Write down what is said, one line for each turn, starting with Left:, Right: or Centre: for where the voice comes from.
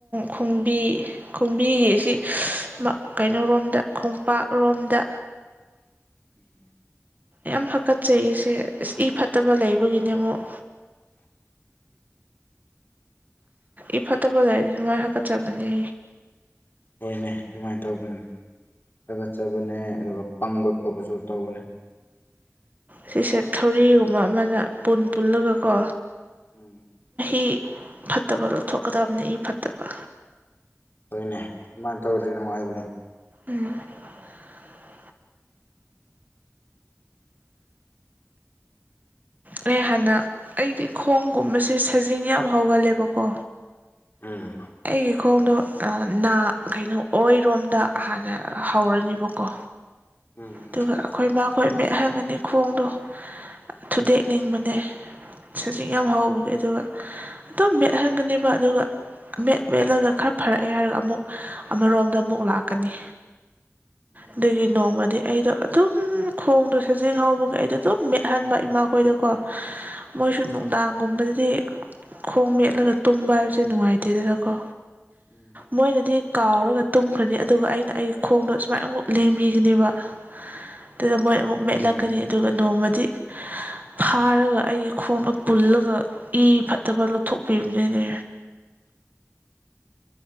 Right: ꯈꯣꯡꯕꯤ ꯈꯣꯡꯕꯤꯒꯤ ꯁꯤ ꯃ ꯀꯩꯅꯣꯔꯣꯝꯗ ꯈꯣꯡꯄꯥꯛꯔꯣꯝꯗ
Left: <inaudible>
Right: ꯌꯥꯝ ꯍꯥꯀꯠꯆꯩꯌꯦꯁꯦ ꯑꯁ ꯏ ꯐꯠꯇꯕ ꯂꯩꯕꯒꯤꯅꯦ ꯑꯃꯨꯛ
Left: <inaudible>
Right: ꯏ ꯐꯠꯇꯕ ꯂꯩꯔꯗꯤ ꯁꯨꯃꯥꯏ ꯍꯥꯀ ꯆꯕꯅꯦ
Left: ꯍꯣꯏꯅꯦ ꯗꯨꯃꯥꯏ ꯇꯧꯕ ꯊꯥꯒꯠꯆꯕꯅꯦ ꯑꯗꯨꯒ ꯄꯪꯕ ꯈꯣꯠꯄꯁꯨ ꯇꯧꯕꯅꯦ
Right: ꯁꯤꯁꯦ ꯊꯧꯔꯤꯒꯨꯝꯕ ꯑꯃꯅ ꯄꯨꯟ ꯄꯨꯜꯂꯒ ꯀꯣ
Left: ꯎꯪ
Right: ꯏ ꯐꯠꯇꯕ ꯂꯧꯊꯣꯛꯀꯗꯕꯅꯦ ꯏ ꯐꯠꯇꯕ
Left: ꯍꯣꯏꯅꯦ ꯑꯗꯨꯃꯥꯏ ꯇꯧꯔꯗꯤ ꯅꯨꯡꯉꯥꯏꯕꯅꯦ
Right: UNINTELLIGIBLE ꯑ ꯩ ꯍꯥꯟꯅꯥ ꯑꯩꯗꯤ ꯈꯣꯡꯒꯨꯝꯕꯁꯦ ꯁꯖꯤꯡ ꯌꯥꯝ ꯍꯧꯒꯜꯂꯦꯕꯀꯣ
Left: ꯎꯝ
Right: ꯑꯩꯒꯤ ꯈꯣꯡꯗꯣ ꯑꯥ ꯅꯥ ꯀꯩꯅꯣ ꯑꯣꯏꯔꯣꯝꯗ ꯍꯥꯟꯅ ꯍꯧꯔꯅꯤꯕꯀꯣ
Left: ꯎꯝ
Right: ꯑꯗꯨꯒ ꯑꯩꯈꯣꯏ ꯃꯥꯈꯣꯏ ꯃꯦꯠꯍꯟꯒꯅꯤ ꯈꯣꯡꯗꯣ ꯊꯨꯗꯦꯛ ꯅꯤꯡꯕꯅꯦ ꯁꯖꯤꯡ ꯌꯥꯝꯍꯧꯕꯒꯤ ꯑꯗꯨꯒ ꯑꯗꯨꯝ ꯃꯦꯠꯍꯟꯒꯅꯦꯕ ꯑꯗꯨꯒ ꯃꯦꯠ-ꯃꯦꯠꯂꯒ ꯈꯔ ꯐꯔꯛꯑꯦ ꯍꯥꯏꯔꯒ ꯑꯃꯨꯛ ꯑꯃꯔꯣꯝꯗ ꯑꯃꯨꯛ ꯂꯥꯛꯀꯅꯤ
Left: INAUDIBLE
Right: ꯑꯗꯨꯒꯤ ꯅꯣꯡꯃꯗꯤ ꯑꯩꯗꯣ ꯑꯗꯨꯎꯝ ꯈꯣꯡꯗꯣ ꯁꯖꯤꯡꯍꯧꯕꯒꯤ ꯑꯩꯗꯣ ꯑꯗꯨꯝ ꯃꯦꯠꯍꯟꯕ ꯏꯃꯥꯈꯣꯏꯗ ꯀꯣ ꯃꯣꯏꯖꯨ
Left: ꯎꯝ
Right: ꯅꯨꯡꯗꯥꯡꯒꯨꯝꯕꯗꯤ ꯗꯤ ꯈꯣꯡ ꯃꯦꯠꯂꯒ ꯇꯨꯝꯕ ꯍꯥꯏꯕꯁꯦ ꯅꯨꯡꯉꯥꯏꯇꯦꯗꯅꯀꯣ
Left: ꯎꯝ
Right: ꯃꯣꯏꯅꯗꯤ ꯀꯥꯎꯔꯒ ꯇꯨꯝꯈ꯭ꯔꯅꯤ ꯑꯗꯨꯒ ꯑꯩꯅ ꯑꯩ ꯈꯣꯡꯗꯣ ꯁꯨꯃꯥꯏꯅ ꯑꯃꯨꯛ ꯂꯦꯡꯕꯤꯒꯅꯦꯕ ꯑꯗꯨꯗ ꯃꯣꯏ ꯑꯃꯨꯛꯃꯦꯠꯂꯛꯀꯅꯤ
Left: ꯎꯝ
Right: ꯑꯗꯨꯒ ꯅꯣꯡꯃꯗꯤ ꯐꯥꯔꯒ ꯑꯩꯒꯤ ꯈꯣꯡꯗꯣ ꯄꯨꯜꯂꯒ ꯏꯐꯠꯇꯕ ꯂꯧꯊꯣꯛꯄꯤꯕꯅꯤꯅꯦ
Left: INAUDIBLE